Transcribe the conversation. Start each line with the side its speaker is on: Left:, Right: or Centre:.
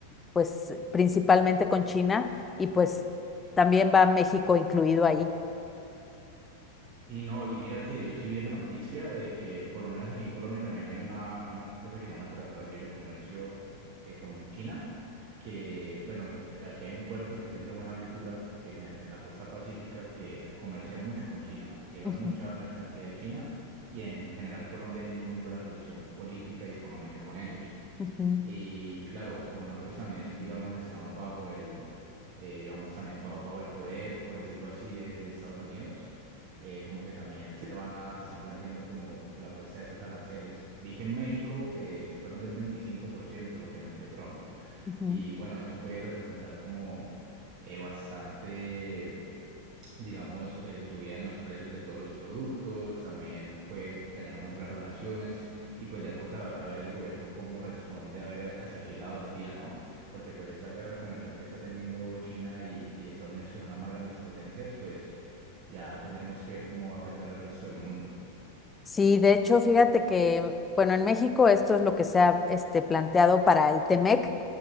Left: pues principalmente con China y pues también va México incluido ahí.
Right: Sí, no, y mira que yo sí vi esa noticia de que por lo menos aquí en Colombia también hay una, hay una cosa que se llama el Tratado de Libre Comercio eh, con China, que bueno, nos- eh, aquí hay un puerto que es el de Buenaventura, que es en, el- en la costa pacífica, que comercia mucho con China, llega
Left: Ujú,
Right: mucha mercancía de China y en general Colombia tiene muy buena relación política y económica con ellos.
Left: ujú,
Right: Y claro, como nosotros también, digamos, estamos bajo el, eh, digamos, también bajo, bajo el poder, por decirlo así, de, de Estados Unidos, eh, como que también se van a, se están planteando como la puesta de esos aranceles. Vi que en México eh, fueron del 25% lo que anunció Trump.
Left: ujú.
Right: Y bueno, eso puede representar como eh, bastante digamos, eh, subida en los precios de todos los productos, también puede dañar mucho las relaciones y pues ya toca ver, a ver el gobierno cómo responde, a ver hacia qué lado se tira, ¿no? Porque pues esa guerra comercial que está teniendo China y, y Estados Unidos, que son las más grandes potencias, pues ya tendremos que ver cómo va a afectar al resto del mundo.
Left: Sí, de hecho, fíjate que, bueno, en México esto es lo que se ha este, planteado para el Temec